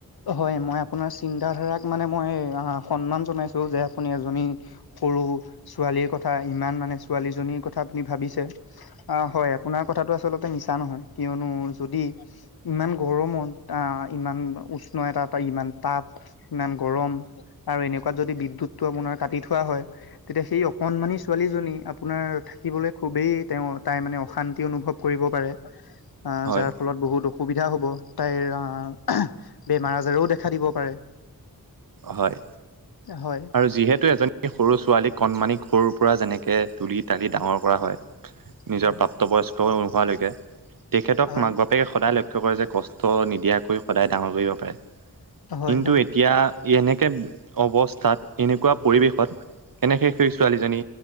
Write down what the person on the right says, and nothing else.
হয়,
হয়
আৰু যিহেতু এজনি সৰু ছোৱালীক কণমানিক সৰুৰ পৰা যেনেকে তুলি তালি ডাঙৰ কৰা হয়। নিজৰ
প্ৰাপ্তবয়স্ক নোহোৱালৈকে তেখেতক
মাক বাপ পেকে সদায় লক্ষ্য কৰে যে কষ্ট নিদিয়াকৈ সদায় ডাঙৰ কৰিব পাৰে
কিন্তু
এতিয়া ই এনেকে অৱস্থাত এনেকুৱা পৰিৱেশত কেনেকৈ সেই ছোৱালীজনী